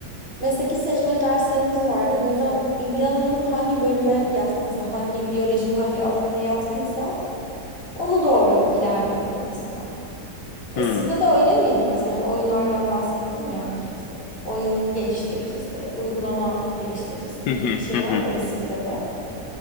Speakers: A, on the left (about 35°); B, on the left (about 85°).
A: Mesleki seçmeli derslerimiz vardı. Bu yüzden ilgi alanın hangi bölüme yatkınsa, hangi biyolojinin hangi alanına yatkınsa ona doğru ilerliyordum mesela. E
B: Hı.
A: sizde de öyle miydi mesela hani oyunlardan bahsettin ya işte oyun geliştiricisi, uygulama geliştiricisi gibi
B: Hı hı,
A: bir şey
B: hı hı.
A: var mıydı sizde de?